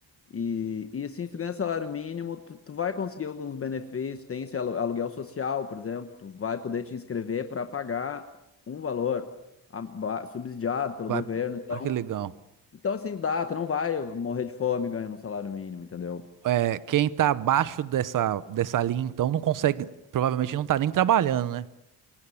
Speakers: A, on the left (about 30°); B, on the right (about 50°).
A: E, e assim, se tu ganha salário mínimo, tu, tu vai conseguir alguns benefícios. Tem esse alu- aluguel social, por exemplo, tu vai poder te inscrever para pagar um valor aba- subsidiado pelo
B: Vai.
A: governo. Então,
B: Ah, que legal.
A: então, assim, dá, tu não vai morrer de fome ganhando um salário mínimo, entendeu?
B: É, quem tá abaixo dessa, dessa linha, então, não consegue. Provavelmente não tá nem trabalhando, né?